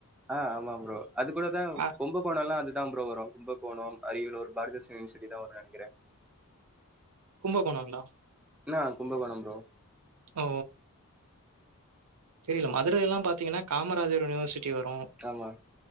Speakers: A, in the centre; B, on the right.
A: ஆ ஆமா ப்ரோ அது கூடதா
B: அ
A: கும்பகோண எல்லா அதுதா ப்ரோ வரு கும்பகோணோ அரியலூர் பாரதிதாசன் யூனிவர்சிட் இங்கதா வரு நெனைக்குறே
B: கும்பகோணங்களா
A: இன்னா கும்பகோண ப்ரோ
B: ஓ தெரியல மதுரையெல்லா பாத்தீங்கன்னா காமராஜர் யூனிவர்சிட்டி வரு
A: காமா